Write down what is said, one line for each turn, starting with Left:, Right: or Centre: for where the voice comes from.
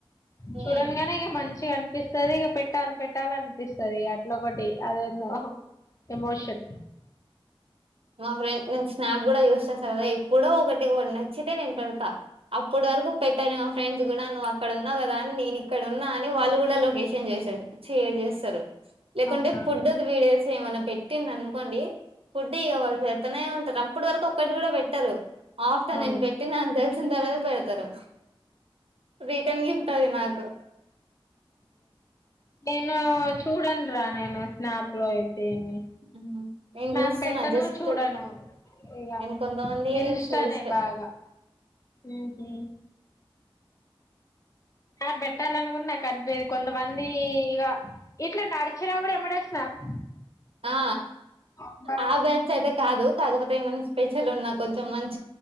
Left: చూడంగనేఇగ
Right: ఉమ్.
Left: మంచి టె అన్పిస్తది ఇగ పెట్టాలి పెట్టాలి అనిపిస్తది అట్ల ఒకటి, అదేన్నో ఎమోషన్
Right: మా ఫ్రెండ్ నేను స్నాప్ కూడ యూస్చేస్తాగదా. ఎప్పుడో ఒకటి ఒ నచ్చితే నేను పెడతా, అప్పటి వరకు పెట్టను. మా ఫ్రెండ్స్ కూడ నువ్వు అక్కడ ఉన్నావు కదా, అన్ నేనిక్కడ ఉన్నా అని వాళ్ళు కూడా లొకేషన్ చేస్తరు. షేర్ చేస్తరు లేకుంటే,
Left: అవునా
Right: ఫుడ్ ది వీడియోస్ ఏమన్న. పెట్టిందనుకోండి, ఫుడ్ డిగ వాళ్ళు పెతనే ఉంటరు, అప్పటి వరకు ఒక్కటి కూడా పెట్టరు. ఆఫ్టర్,
Left: అవును
Right: నేను పెట్టినా అని తెల్స్ ట్టిన్ తర్వాత పెడతరు. రిటర్న్ గిఫ్ట్ అది నాక్ గ
Left: నేను చూడన్రా, నేను స్నాప్ లో అయి
Right: నేను
Left: స్నాప్
Right: చూస్తున్నా
Left: పెట్టను
Right: జస్ట్
Left: చూడను ఇగ,
Right: నేను కొంతమంది
Left: ఇంస్టానే
Right: చూస్తా జస్ట్
Left: బాగా. మ్ హు. స్నాప్ పెట్టాలని కూడ నాకు అనిపియ్యదు. కొంతమంది ఇగ, ఇట్లా నడిచినా కూడ ఎంబడే స్నాప్.
Right: ఆ
Left: అబ్బా
Right: ఆ బ్యాచ్ అయితే కాదు. కాకపోతే ఏమైనా స్పెషల్ ఉన్నా, కొంచెం మంచ్